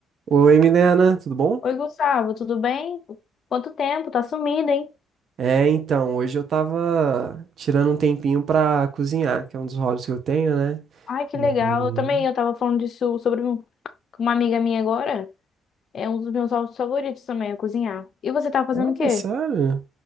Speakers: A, on the right (about 60°); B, on the left (about 55°).
A: Oi, Milena, tudo bom?
B: Oi, Gustavo, tudo bem? Quanto tempo? Tá sumido, hein?
A: É, então, hoje eu tava tirando um tempinho pra cozinhar, que é um dos hobbies que eu tenho, né?
B: Ai, que
A: E...
B: legal. Eu também, eu tava falando disso sobre um- com uma amiga minha agora. É um dos meus hobbies favoritos também, é cozinhar. E você tá fazendo
A: Ah,
B: o quê?
A: sério?